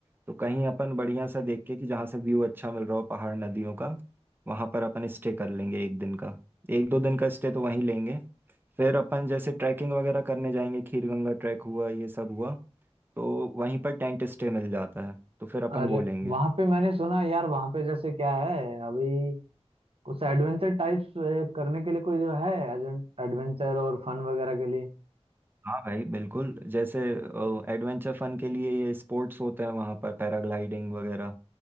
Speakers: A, on the right; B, on the right.
A: तो कहीं अपन बढ़िया सा देख के कि जहाँ से व्यू अच्छा मिल रहा हो पहाड़ नदियों का वहां पर अपन स्टे कर लेंगे एक दिन का एक दो दिन का स्टे तो वहीं लेंगे फिर अपन जैसे ट्रैकिंग वगैरह करने जाएंगे खीर गंगा ट्रैक हुआ ये सब हुआ तो वहीं पर टेंट स्टे मिल जाता है तो फिर अपन
B: और
A: वो लेंगे
B: वहां पे मैंने सुना यार वहां पे जैसे क्या है अभी कुछ एडवेंचर टाइप्स करने के लिए कोई जो है एडवेंचर और फन वगैरह के लिए
A: हाँ भाई बिल्कुल जैसे एडवेंचर फन के लिए ये स्पोर्ट्स होते हैं वहाँ पर पैराग्लाइडिंग वगैरह